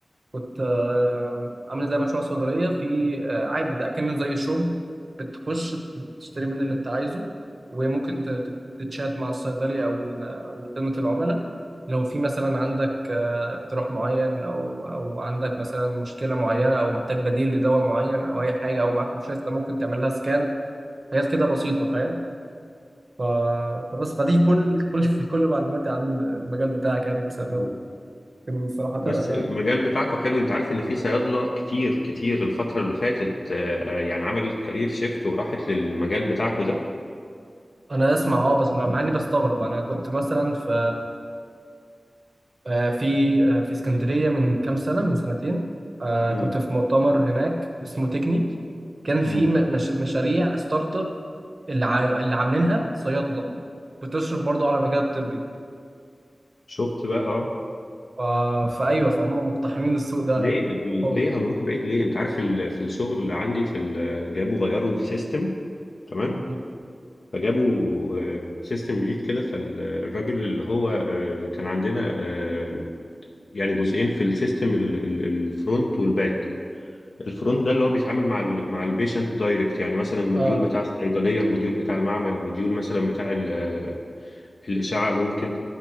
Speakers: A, on the right (about 60°); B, on the left (about 80°).
A: كنت آه، عامل زي مشروع صيدليه في آه، عادي ده كأنه زي شوب بتخش تشتري من اللي انت عايزه وممكن ت- ت- تتشات مع الصيدلي او ال- او خدمه العملاء لو في مثلا عندك آه، اقتراح معين او او عندك مثلا مشكله معينه او محتاج بديل لدواء معين او اي حاجه او معاك روشته ممكن تعمل لها سكان حاجات كده بسيطه فاهم ف... فبس فدي كل كل <laughs> كل معلوماتي عن المجال بتاعك يعني كسبابة
B: مم.
A: لكن صراحة
B: بس
A: أنا
B: المجال بتاعكو حلو انت عارف ان في صيادلة كتير كتير الفترة اللي فاتت آه، آه، يعني عملت كارير شيفت وراحت للمجال بتاعكو ده
A: أنا أسمع أه بس مع مع إني بستغرب أنا كنت مثلا في آه، في آه، في اسكندرية من كام سنة من سنتين آه،
B: مم.
A: كنت في مؤتمر هناك اسمه تكني كان في
B: مم.
A: م- مش... مشاريع ستارت اب اللي عام... اللي عاملينها صيادلة بتشرف برضه على المجال الطبي
B: شفت بقى اه
A: ف... فأيوه فهم مقتحمين السوق ده
B: ليه
A: <laughs> بقوة
B: ليه هنروح بعيد ليه انت عارف ال- في الشغل اللي عندي في ال- جابوا غيروا السيستم تمام
A: م.
B: فجابوا سيستم جديد كده فالراجل اللي هو آه، كان عندنا آه، يعني جزئين في السيستم الفرونت والباك الفرونت ده اللي هو بيتعامل مع ال مع البيشنت دايركت يعني مثلا الموديول
A: اه
B: بتاع الصيدليه الموديول بتاع المعمل الموديول مثلا بتاع ال- آه، الاشعه ممكن